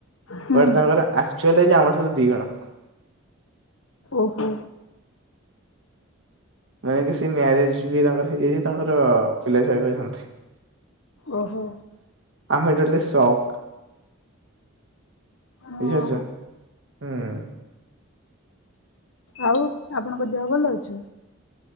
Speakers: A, on the left; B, on the right.
A: ହୁଁ।
B: ବଟ୍ ତାଙ୍କର ଆ ଆମ ଠାରୁ ଦିଗୁଣ।
A: ଓହୋ।
B: ମାନେ କିଛି ମ୍ୟାରେଜ ବି ତାଙ୍କର ହେଇଯାଇଛି ତାଙ୍କର ପିଲାଛୁଆ ବି ଅଛନ୍ତି।
A: ଓହୋ।
B: ଆମେ ଟୋଟାଲି ସକ୍।
A: ହଁ।
B: ବୁଝି ପାରୁଛ ହୁଁ।
A: ଆଉ ଆପଣଙ୍କ ଦେହ ଭଲ ଅଛି?